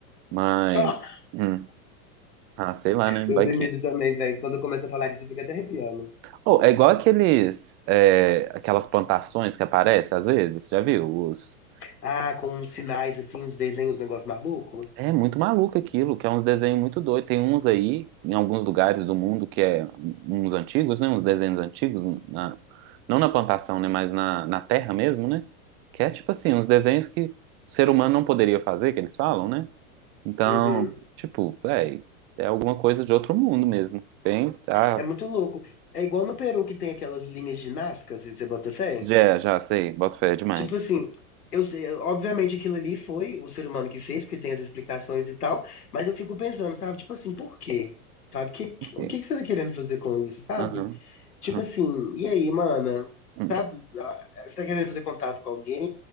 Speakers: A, on the right (about 30°); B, on the left (about 85°).
A: Mas,
B: Ah,
A: hum, ah, sei lá, né?
B: Eu
A: Vai
B: tenho
A: que.
B: medo também, velho. Quando eu começo a falar disso, eu fico até arrepiando.
A: Oh, é igual aqueles, é, aquelas plantações que aparecem às vezes, já viu? Os...
B: Ah, com uns sinais, assim, uns desenhos, um negócio maluco.
A: É muito maluco aquilo, que é uns desenhos muito doidos. Tem uns aí, em alguns lugares do mundo, que é uns antigos, né? Uns desenhos antigos, na... não na plantação, né? Mas na, na terra mesmo, né? Que é tipo assim, uns desenhos que o ser humano não poderia fazer, que eles falam, né? Então,
B: Uhum.
A: tipo, é, é alguma coisa de outro mundo mesmo. Tem, tá?
B: É muito louco. É igual no Peru que tem aquelas linhas de Nazca, se você bota fé.
A: Já, já sei, boto fé demais.
B: Tipo assim, eu sei, obviamente aquilo ali foi o ser humano que fez, porque tem as explicações e tal, mas eu fico pensando, sabe? Tipo assim, por quê? Sabe? Que, que-
A: Por quê?
B: o que que você tá querendo fazer com isso, sabe?
A: Aham,
B: Tipo
A: aham.
B: assim, e aí, mana?
A: hum.
B: Sabe? Ah, Você tá querendo fazer contato com alguém?